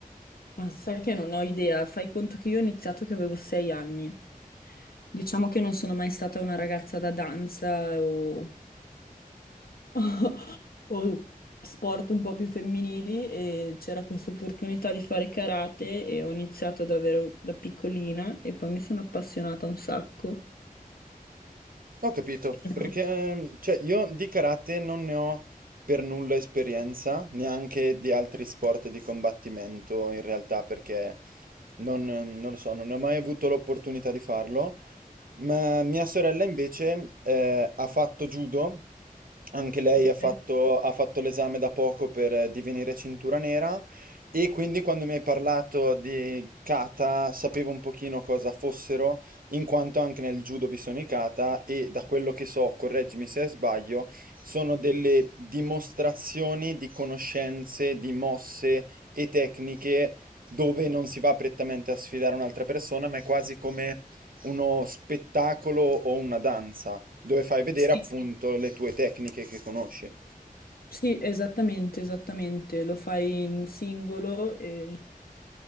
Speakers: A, on the left; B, on the right.
A: Ma sai che non ho idea, fai conto che io ho iniziato che avevo sei anni. Diciamo che non sono mai stata una ragazza da danza o... <laughs> o sport un po' più femminili e c'era questa opportunità di fare karate e ho iniziato davvero da piccolina e poi mi sono appassionata un sacco.
B: Ho capito,
A: Però-
B: perché ehm, cioè, io di karate non ne ho per nulla esperienza, neanche di altri sport di combattimento in realtà, perché non, non lo so, non ne ho mai avuto l'opportunità di farlo, ma mia sorella invece eh, ha fatto judo, anche lei
A: Ok.
B: ha fatto, ha fatto l'esame da poco per eh, divenire cintura nera e quindi quando mi hai parlato di kata sapevo un pochino cosa fossero in quanto anche nel judo vi sono i kata e da quello che so, correggimi se sbaglio, sono delle dimostrazioni di conoscenze, di mosse e tecniche dove non si va prettamente a sfidare un'altra persona, ma è quasi come uno spettacolo o una danza, dove fai vedere
A: Sì.
B: appunto le tue tecniche che conosci.
A: Sì, esattamente, esattamente. Lo fai in singolo e